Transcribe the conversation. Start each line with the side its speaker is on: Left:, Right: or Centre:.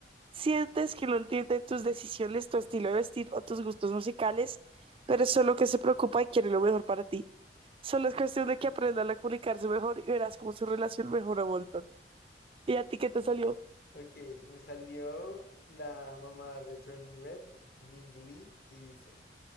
Right: Sientes que no entiende tus decisiones, tu estilo de vestir o tus gustos musicales, pero es solo que se preocupa y quiere lo mejor para ti. Solo es cuestión de que aprendan a comunicarse mejor y verás cómo su relación mejora un montón. ¿Y a ti qué te salió?
Left: Ok, me salió la mamá de Turning Red, Ming Lee, y dice...